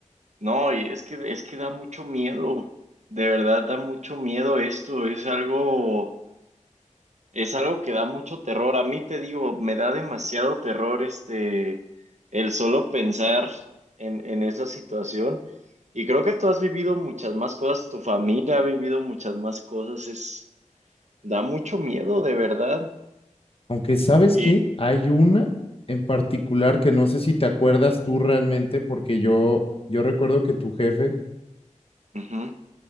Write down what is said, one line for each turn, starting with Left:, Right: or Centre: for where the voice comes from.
Right: no, y es que, es que da mucho miedo, de verdad da mucho miedo esto, es algo... Es algo que da mucho terror. A mí te digo, me da demasiado terror este el solo pensar en, en esa situación. Y creo que tú has vivido muchas más cosas, tu familia ha vivido muchas más cosas. Es, da mucho miedo, de verdad.
Left: Aunque sabes
Right: Y
Left: que hay una en particular que no sé si te acuerdas tú realmente porque yo yo recuerdo que tu jefe
Right: ujú,